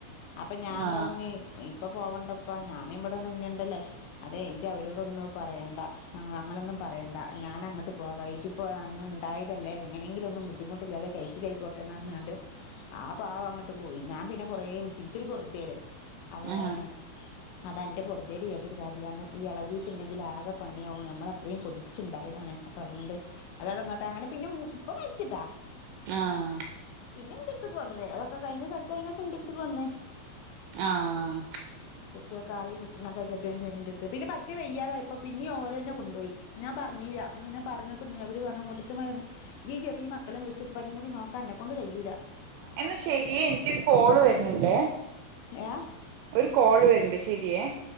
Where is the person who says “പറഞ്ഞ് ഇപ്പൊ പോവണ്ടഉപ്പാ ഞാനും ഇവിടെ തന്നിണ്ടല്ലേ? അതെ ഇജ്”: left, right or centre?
Left